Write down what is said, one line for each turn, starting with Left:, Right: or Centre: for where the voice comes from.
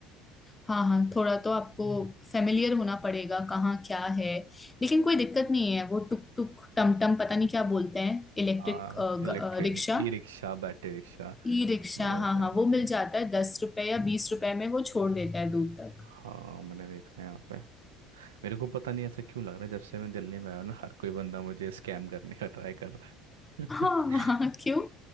Left: हाँ हाँ थोड़ा तो आपको फेमिलियर होना पड़ेगा कहाँ क्या है लेकिन कोई दिक्कत नहीं है वो टुक टुक टम टम पता नहीं क्या बोलते हैं इलेक्ट्रिक
Right: हाँ electric
Left: रिक्शा
Right: E rickshaw battery rickshaw
Left: ई रिक्शा
Right: बोलते
Left: हाँ हाँ
Right: हैं हम्म,
Left: वो मिल जाता है दस रुपए या बीस रुपए में वो छोड़ देता है दूर तक
Right: हाँ मैंने देखा है यहाँ पे मेरे को पता नहीं ऐसा क्यों लग रहा है जब से मैं दिल्ली में आया हूं ना हर कोई बंदा मुझे स्कैम करने का ट्राई कर रहा है
Left: हाँ
Right: <laughs>
Left: <laughs> हाँ क्यों